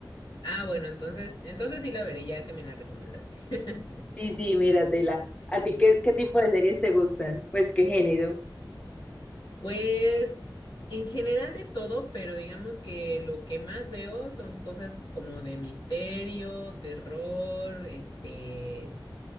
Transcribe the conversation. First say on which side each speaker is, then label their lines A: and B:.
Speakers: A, on the left (about 60°); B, on the left (about 15°).
A: ah, bueno, entonces, entonces sí la veré ya que me la recomendaste. <laughs>
B: Sí, sí, míratela. ¿A ti qué, qué tipo de series te gustan? Pues qué género.
A: Pues en general de todo, pero digamos que lo que más veo son cosas como de misterio, terror, este,